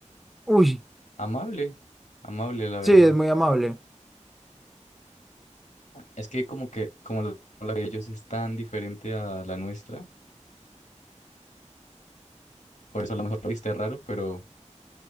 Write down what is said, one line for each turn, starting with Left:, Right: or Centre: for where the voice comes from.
Centre: Uy,
Left: Amable. Amable, la verdad.
Centre: sí, es muy amable.
Left: Es que como que, como la la de ellos es tan diferente a la nuestra, por eso a lo mejor lo viste raro, pero